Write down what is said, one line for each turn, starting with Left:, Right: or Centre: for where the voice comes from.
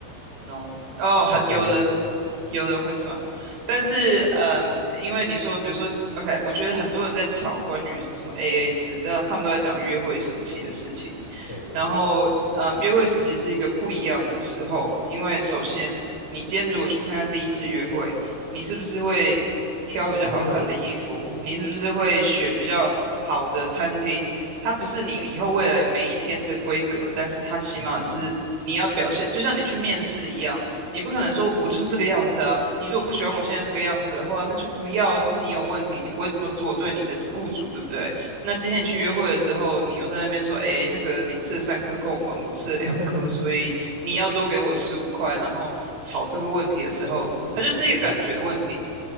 Right: No，哦，很有人有人会算，
Left: 有的人还是，<laughs>
Right: 但是嗯，因为你说，比如说，OK，我觉得很多人在吵关于什么 AA 制，但他们都在讲约会时期的事情。
Left: 对对对，
Right: 然后，嗯，约会时期是一个不一样的时候，因为首先，你今天如果去参加第一次约会，你是不是会挑比较好看的衣服？
Left: 我觉得，
Right: 你是不是会选比较好的餐厅？它不是你以后未来每一天的规格，但是它起码是你要表现，
Left: 嗯嗯
Right: 就像你去面试一样，你不可能说我就是这个样子啊，你如果不喜欢我现在这个样子的话，那就不要，那是你有问题，你不会这么做，对你的雇主，对不对？那今天你去约会的时候，你又在那边说，哎，那个你吃了三颗贡丸，我吃了两颗，
Left: 嗯，
Right: 所以你要多给我十五块，然后吵这个问题的时候，
Left: <laughs> 我是觉得
Right: 它就是一个感觉的问题。